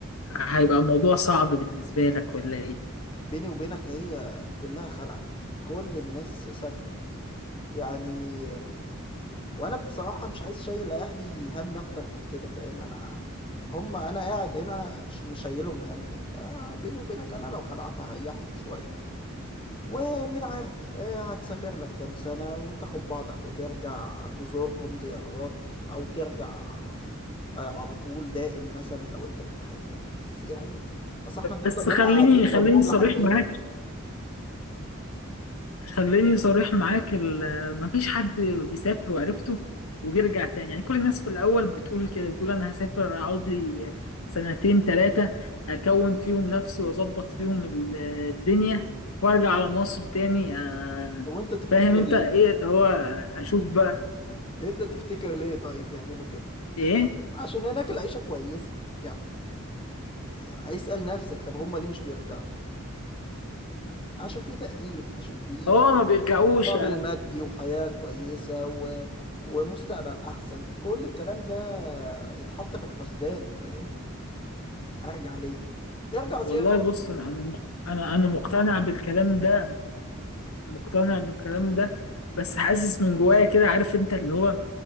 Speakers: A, on the left (about 90°); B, on the left (about 25°).
A: هيبقى الموضوع صعب بالنسبة لك ولا ايه
B: بيني وبينك هي كلها خلعت كل الناس سافرت يعني وانا بصراحة مش عايز اشيل اهلي هم اكتر من كده فاهم انا هم انا قاعد هنا ش- مش شايلهم همي فبيني وبينك انا لو خلعت هريحهم شوية ومين عارف آه، هتسافر لك كام سنة وتاخد بعضك وترجع تزورهم زيارات او ترجع آه، على طول دائم مثلا لو انت في الخليج بس يعني اصل احنا هنفضل
A: بس خليني
B: هنا قاعدين جنبهم
A: خليني صريح
B: لحد امتى
A: معاك خليني صريح معاك ال- مفيش حد بيسافر وعرفته وبيرجع تاني يعني كل الناس في الأول بتقول كده بتقول أنا هسافر أقعد لي سنتين تلاتة أكون فيهم نفسي وأظبط فيهم ال- الدنيا وأرجع على مصر تاني آه،
B: وانت تفتكر
A: فاهم أنت
B: ليه
A: إيه اللي هو أشوف بقى
B: انت تفتكر ليه طيب بيعملوا كده
A: إيه؟
B: عشان هناك العيشة كويسة يعني اسأل نفسك طب هم ليه مش بيرجعوا عشان في تقدير عشان في
A: آه ما بيرجعوش
B: مقابل مادي وحياة كويسة و... ومستقبل أحسن كل الكلام ده يتحط في الحسبان فاهم أرجع ليه ارجع زيرو
A: والله بص أنا أنا أنا مقتنع بالكلام ده مقتنع بالكلام ده بس حاسس من جوايا كده عارف انت اللي هو